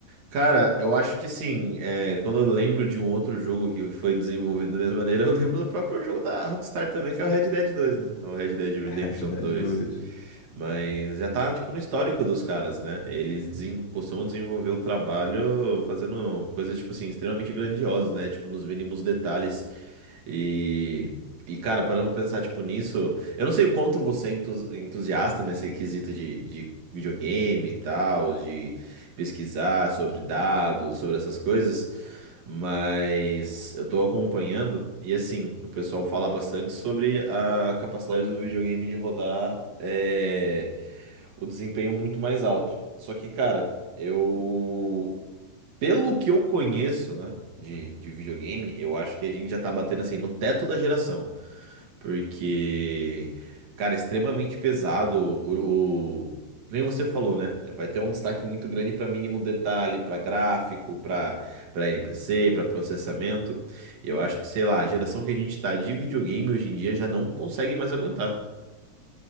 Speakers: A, on the right (about 65°); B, on the left (about 65°).
A: Cara, eu acho que assim, é, quando eu lembro de um outro jogo que foi desenvolvido da mesma maneira, eu lembro do próprio jogo da Rockstar também, que é o Red Dead dois né? O Red Dead Redemption
B: Red Dead
A: dois
B: 2.
A: Mas já tá, tipo, no histórico dos caras, né? Eles desen- costumam desenvolver o trabalho fazendo coisas, tipo assim, extremamente grandiosas, né? Tipo, nos mínimos detalhes. E, e cara, parando pra pensar, tipo, nisso, eu não sei o quanto você é entus- entusiasta nesse quesito de, de videogame e tal, de pesquisar sobre dados, sobre essas coisas, mas eu tô acompanhando e assim, o pessoal fala bastante sobre a capacidade do videogame de rodar é, o desempenho muito mais alto. Só que, cara, eu, pelo que eu conheço, né, de, de videogame, eu acho que a gente já tá batendo assim no teto da geração. Porque, cara, é extremamente pesado o, o- Nem você falou, né? Vai ter um destaque muito grande para mínimo detalhe, para gráfico, para para NPC, para processamento. Eu acho que, sei lá, a geração que a gente tá de videogame hoje em dia já não consegue mais aguentar.